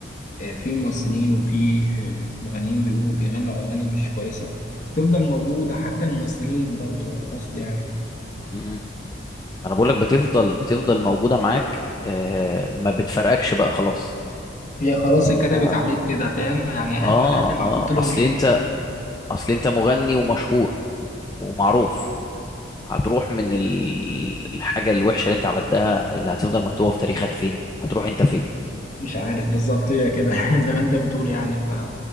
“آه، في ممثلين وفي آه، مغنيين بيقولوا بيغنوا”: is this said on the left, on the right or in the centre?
Left